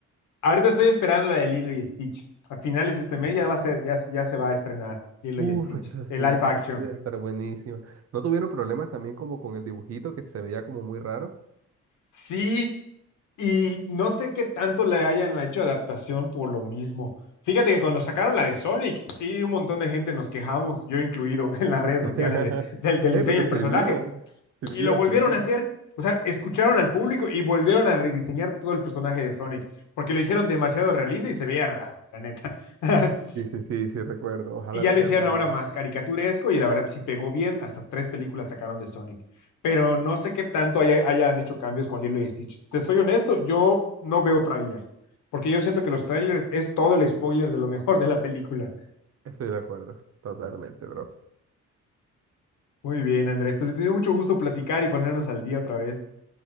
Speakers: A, on the left; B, on the right.
A: Ahorita estoy esperando la de Lilo y Stitch. A finales de este mes ya va a ser, ya, ya se va a estrenar Lilo
B: Uf,
A: y Stitch,
B: esa sí,
A: el live action.
B: esa sí debe estar buenísima. ¿No tuvieron problemas también como con el dibujito que se veía como muy raro?
A: Sí, y no sé qué tanto le hayan hecho adaptación por lo mismo. Fíjate que cuando sacaron la de Sonic, sí, un montón de gente nos quejamos, yo incluido, <laughs> en las redes
B: <laughs>
A: sociales de, del, del
B: Eh,
A: diseño
B: pero
A: del
B: sirvió,
A: personaje,
B: sirvió,
A: y lo volvieron
B: sirvió.
A: a hacer. O sea, escucharon al público y volvieron a rediseñar todo el personaje de Sonic, porque lo hicieron demasiado realista y se veía raro, la neta. <laughs>
B: Sí, sí, sí, sí, recuerdo. Ojalá
A: Y ya
B: lo
A: lo
B: cambien
A: hicieron ahora
B: a
A: más
B: esto.
A: caricaturesco y la verdad sí pegó bien, hasta tres películas sacaron de Sonic, pero no sé qué tanto haya- hayan hecho cambios con Lilo y Stitch. Te soy honesto, yo no veo trailers, porque yo siento que los trailers es todo el spoiler de lo mejor de la película.
B: Estoy de acuerdo, totalmente, bro.
A: Muy bien, Andrés, te dio mucho gusto platicar y ponernos al día otra vez.